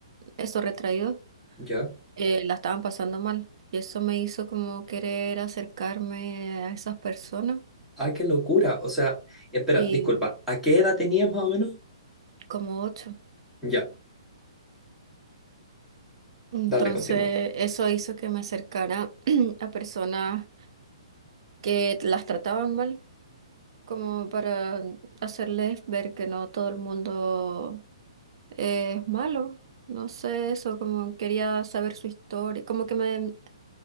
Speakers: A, on the right; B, in the centre.
A: esos retraídos,
B: ya.
A: eh, la estaban pasando mal. Y eso me hizo como querer acercarme a esas personas.
B: Ah, qué locura. O sea, espera,
A: Y
B: disculpa, ¿a qué edad tenías más o menos?
A: como ocho.
B: Ya,
A: Entonces,
B: dale, continúa.
A: eso hizo que me acercara <clears throat> a personas que las trataban mal, como para hacerles ver que no todo el mundo es malo. No sé, eso, como quería saber su historia, como que me